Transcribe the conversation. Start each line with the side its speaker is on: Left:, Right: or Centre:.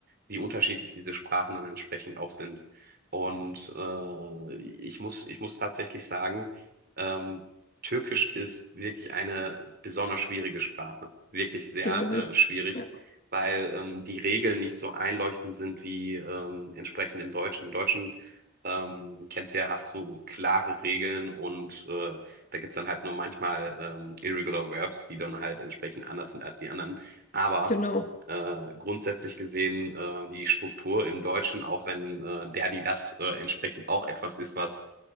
Right: wie unterschiedlich diese Sprachen dann entsprechend auch sind. Und äh, ich muss, ich muss tatsächlich sagen, ähm, Türkisch ist wirklich eine besonders schwierige Sprache. Wirklich sehr
Left: glaube
Right: äh,
Left: ich.
Right: schwierig,
Left: Ja,
Right: weil ähm, die Regeln nicht so einleuchtend sind wie ähm, entsprechend im Deutschen. Im Deutschen ähm, kennst du ja, hast du klare Regeln und äh, da gibt's dann halt nur manchmal ähm, Irregular Verbs, die dann halt entsprechend anders sind als die anderen. Aber
Left: genau.
Right: äh, grundsätzlich gesehen äh, die Struktur im Deutschen, auch wenn äh, der, die, das äh, entsprechend auch etwas ist, was